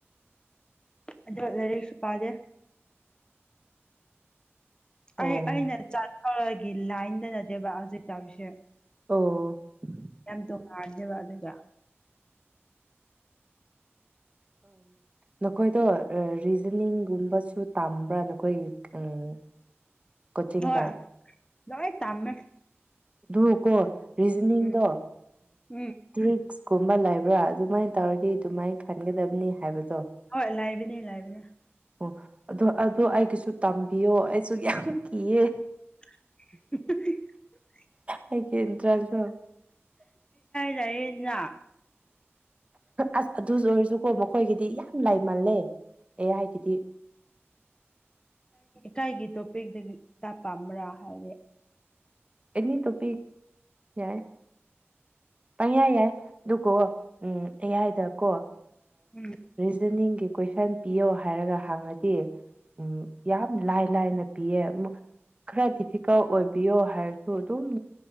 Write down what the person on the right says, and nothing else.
ꯑꯣ
ꯑꯣ
ꯅꯈꯣꯏꯗꯣ ꯔꯤꯖꯅꯤꯡꯒꯨꯝꯕꯁꯨ ꯇꯝꯕ꯭ꯔꯥ ꯅꯈꯣꯏꯒꯤ ꯑꯃ ꯀꯣꯆꯤꯡꯗ
ꯑꯗꯨ ꯀꯣ ꯔꯤꯖꯅꯤꯡꯗꯣ
ꯇꯔꯤ ꯁꯛ ꯀꯨꯝꯕ ꯂꯩꯕ꯭ꯔꯥ ꯑꯗꯨꯃꯥꯏꯅ ꯇꯧꯔꯗꯤ ꯑꯗꯨꯃꯥꯏꯅ ꯈꯟꯒꯗꯕꯅꯤ ꯍꯥꯏꯕꯗꯣ
ꯑꯣ ꯑꯗꯨ ꯑꯗꯨ ꯑꯩꯒꯤꯁꯨ ꯇꯝꯕꯤꯌꯣ ꯑꯩꯁꯨ ꯌꯥꯝ ꯀꯤꯌꯦ
ꯑꯩꯒꯤ ꯏꯟꯇꯔꯥꯟꯁꯇꯣ
ꯑꯁ ꯑꯗꯨꯁꯨ ꯑꯣꯏꯔꯁꯨꯀꯣ ꯃꯈꯣꯏꯒꯤꯗꯤ ꯌꯥꯝ ꯂꯥꯏꯃꯜꯂꯦ ꯑꯦꯌꯥꯏꯒꯤꯗꯤ
ꯑꯦꯅꯤ ꯇꯨꯞꯄꯤꯛ ꯌꯥꯏ ꯄꯌꯥ ꯌꯥꯏ ꯑꯗꯨꯀꯣ ꯎꯝ ꯑꯦꯌꯥꯏꯗꯀꯣ
ꯖꯅꯤꯡꯒꯤ ꯀꯣꯏꯁꯟ ꯄꯤꯌꯣ ꯍꯥꯏꯔꯒꯥ ꯍꯡꯉꯥꯗꯤ ꯎꯝ ꯌꯥꯝ ꯂꯥꯏ ꯂꯥꯏꯅ ꯄꯤꯌꯦ ꯈꯔ ꯗꯤꯐꯤꯀꯜ ꯑꯣꯏꯕꯤꯌꯣ ꯍꯥꯏꯔꯁꯨ ꯑꯗꯨ ꯑꯗꯨꯝ